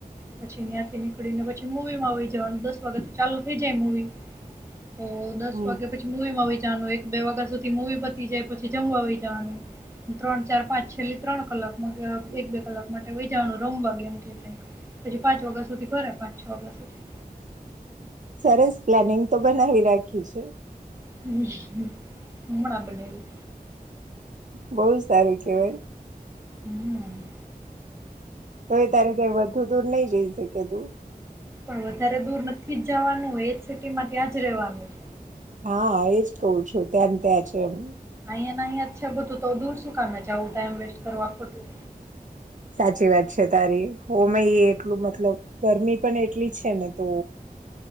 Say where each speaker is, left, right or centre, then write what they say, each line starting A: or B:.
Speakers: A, on the right; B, on the right.
A: પછી ત્યાંથી ને પછી મવીમાં આવીઈ જવાનું દસ વાગે તો ચાલુ થઈ જાય મવી. તો દસ
B: હમ
A: વાગ્યા પછી મુું એમાં વહી જવાનું. એક બે વાગ્યા સુધી મવી બતી જાય પછી જમવા વઈ જવાનું ત્રણ ચાર પાંચ છેલ્લી ત્રણ કલાક એક બે કલાક માટે વઈ જવાનું રમવા ગમ કે પછી પાંચ વાગ્યા સુધી સાડા પાંચ વાગ્યા સુધી.
B: સરસ પ્લાનિંગ તો બનાવી રાખી છે.
A: હમ. હમણાં બનાયવી.
B: બહુ સારું કેવાય.
A: હમ્મ.
B: તો એ તારી કઈ વધુ દૂર નહી? જઈ છેકે તું.
A: પણ વધારે દૂર નથી જ જવાનું એજ સિટી માં ત્યાજ રેવાનું.
B: હા એજ કહું છું ત્યાં ને ત્યાં છે એમ.
A: અહીંયા ના અહિયા જ છે બધું તો દૂર શું કામે જાવું ટાઈમ વેસ્ટ કરવું આ ખોટું.
B: સાચી વાત છે તારી હો. મે એટલું મતલબ ગરમી પણ એટલી છે ને તો